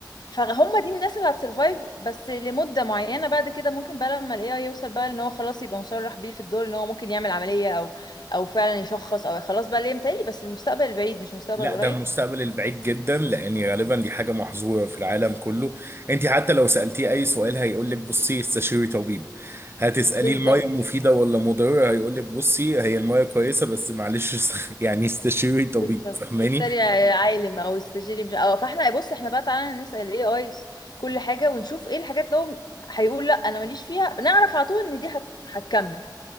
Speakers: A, on the left; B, on the right.
A: فهم دي الناس اللي هتسرفايف بس لمدة معينة بعد كده ممكن بقى لما الاي اي يوصل بقى ان هو خلاص يبقى مصرح بيه في الدور ان هو ممكن يعمل عملية او او فعلا يشخص او خلاص بقى ليه متهيألي بس المستقبل البعيد مش المستقبل
B: لا
A: القريب
B: ده المستقبل البعيد جدا لان غالبا دي حاجه محظوره في العالم كله انت حتى لو سالتيه اي سؤال هيقول لك بصي استشيري طبيب هتساليه
A: بالظبط
B: الميه مفيده ولا مضره هيقول لك بصي هي الميه كويسه بس معلش است- <laughs> يعني استشيري طبيب
A: بالظبط
B: فاهماني
A: اشتري يا عالم او استشيري مش اه فاحنا بص احنا بقى تعالى نسأل الاي اي كل حاجه ونشوف ايه الحاجات اللي هو هيقول لا انا ماليش فيها نعرف على طول ان دي هت... هتكمل